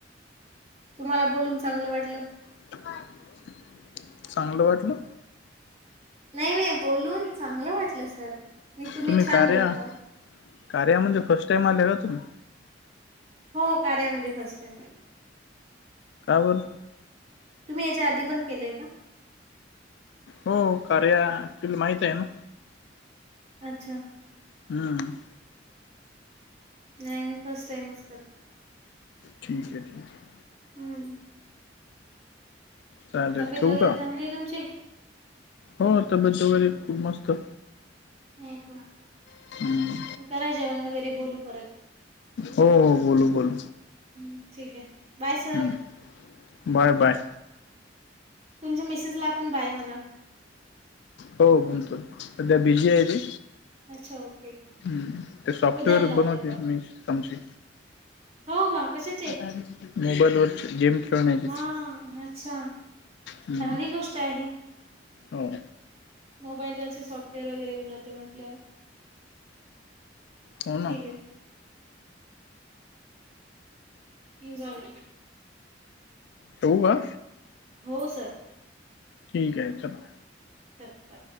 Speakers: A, on the right; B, on the left.
A: तुम्हाला बोलून चांगलं वाटलं.
B: <unintelligible> चांगलं वाटलं?
A: नाही नाही बोलून चांगलं वाटलं सर.
B: तुम्ही
A: छान
B: कार्या
A: बोलता
B: कार्यामध्ये फर्स्ट टाइम आले का तुम्ही?
A: हो कार्यामध्ये फर्स्ट टाईम आले.
B: का बर?
A: तुम्ही याच्या आधी पण केलंय का?
B: हो कार्या तुला माहित आहे ना?
A: अच्छा.
B: हम्म.
A: नाही मी फर्स्ट टाइमच करते.
B: ठीक आहे ठीक आहे.
A: हम्म.
B: चालेल
A: तब्येत
B: ठेवू
A: वगैरे
B: का
A: चांगली आहे तुमची?
B: हो तब्येत वगैरे खूप मस्त.
A: हो का?
B: हम्म,
A: मग करा जेवण वगैरे बोलू परत.
B: हो हो बोलू बोलू
A: हम्म ठीक आहे. बाय सर
B: हम्म बाय बाय.
A: तुमच्या मिसेसला पण बाय म्हणा.
B: हो बोलतोय. सध्या
A: हं
B: बिझी
A: ठीक.
B: आहे ती.
A: अच्छा ओके.
B: हम्म. ते सॉफ्टवेअर
A: उद्याला लावते
B: बनवते मीस आमची.
A: होका कशाचे?
B: मोबाईलवर गेम खेळण्याची
A: हा हा अच्छा.
B: हम्म
A: चांगली गोष्ट आहे.
B: हो
A: मोबाईलवरचे सॉफ्टवेअर वगैरे बनवते म्हटलं.
B: हो
A: ठीक
B: ना.
A: आहे. इज वे
B: ठेवू का?
A: हो सर.
B: ठीक आहे चला.
A: तत्पर.